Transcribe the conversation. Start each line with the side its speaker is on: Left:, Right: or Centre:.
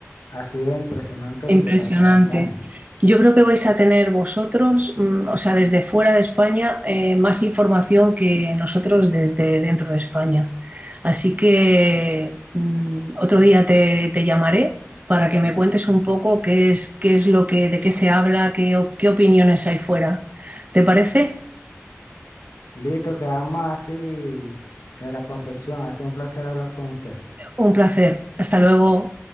Left: ha sido impresionante
Right: Impresionante.
Left: lo que pasó en España.
Right: Yo creo que vais a tener vosotros, mm, o sea, desde fuera de España, eh, más información que nosotros desde dentro de España. Así que mm, otro día te, te llamaré para que me cuentes un poco qué es, qué es lo que, de qué se habla, qué, op- qué opiniones hay fuera. ¿Te parece?
Left: Listo, quedamos así, señora Concepción. Ha sido un placer hablar con usted.
Right: Un placer. Hasta luego.